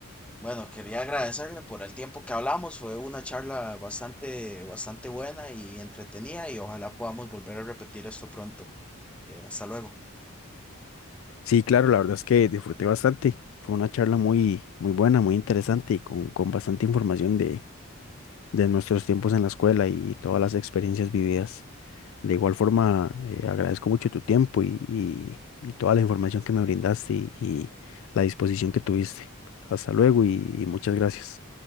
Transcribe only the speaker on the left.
Sí, claro, la verdad es que disfruté bastante. Fue una charla muy, muy buena, muy interesante y con, con bastante información de, de nuestros tiempos en la escuela y todas las experiencias vividas. De igual forma, eh, agradezco mucho tu tiempo y, y- y toda la información que me brindaste y, y la disposición que tuviste. Hasta luego y y muchas gracias.